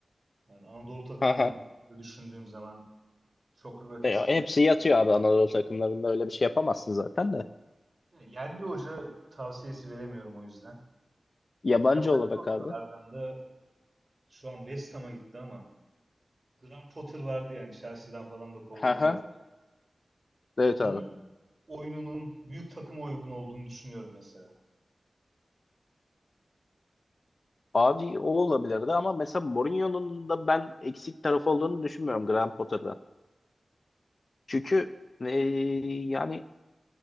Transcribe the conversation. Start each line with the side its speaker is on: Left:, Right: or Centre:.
Right: Yani Anadolu takımlarını
Left: Haha.
Right: falan da düşündüğüm zaman çok rakipsiz
Left: E,
Right: iyi
Left: hepsi
Right: bir
Left: yatıyor
Right: sahada.
Left: abi Anadolu takımlarında öyle bir şey yapamazsın zaten de.
Right: Ya, yerli hoca tavsiyesi veremiyorum o yüzden.
Left: Yabancı
Right: Yabancı
Left: olarak
Right: hocalardan
Left: abi.
Right: da şu an West Ham'a gitti ama Graham Potter vardı yani Chelsea'den falan da kovuldu
Left: Ha ha.
Right: ya.
Left: Evet
Right: Onun
Left: abi.
Right: oyununun büyük takıma uygun olduğunu düşünüyorum mesela.
Left: Abi o olabilirdi ama mesela Mourinho'nun da ben eksik tarafı olduğunu düşünmüyorum Graham Potter'dan. Çünkü e, yani